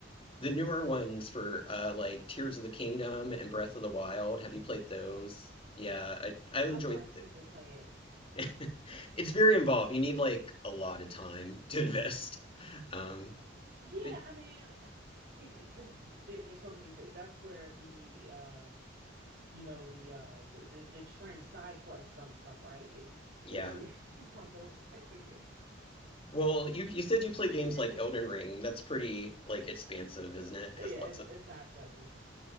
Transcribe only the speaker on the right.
yeah.
I've watched people play it.
Yeah,
I mean, you because there, there's so many th- that's where the uh you know the uh the, the the trend side quest comes from, right? It
it really <laughs> comes from those type of games.
<laughs>
Really.
Yeah,
it's
it's side questy.